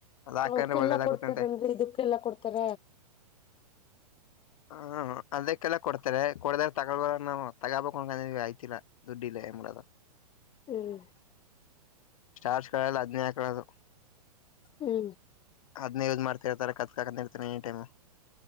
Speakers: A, on the left; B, on the left.
A: ಅದ್ ಹಾಕಂದ್ರೆ
B: ಅವ್ಕಲ್ಲಾ
A: ಒಳ್ಳೇದಾಗುತ್ತಂತೆ
B: ಕೊಡ್ತಾರನ್ರಿ ಇದಕ್ಕೆಲ್ಲಾ ಕೊಡ್ತಾರ
A: ಹ ಅದಕ್ಕೆಲ್ಲ ಕೊಡ್ತಾರೆ ಕೊಡದ್ರ ತಗೊಬ ನಾವು ತಗಬ ಅಯ್ತಿಲ್ಲ ದುಡ್ದುಯಿದೆ ಏನ್ ಮಾಡೋದು
B: ಹ್ಮ್
A: ಸ್ಟಾರ್ ಗಳು ಎಲ್ಲಾ ಅದನ್ನೇ ಹಾಕಿಕೊಳೋದು
B: ಹ್ಮ್
A: ಅದ್ನ ಯೂಸ್ ಮಾಡ್ತಿರ್ತಾರೆ ಕತ್ತಿಗೆ ಅನ್ಕೊಂತೀನಿ ಎನಿ ಟೈಮ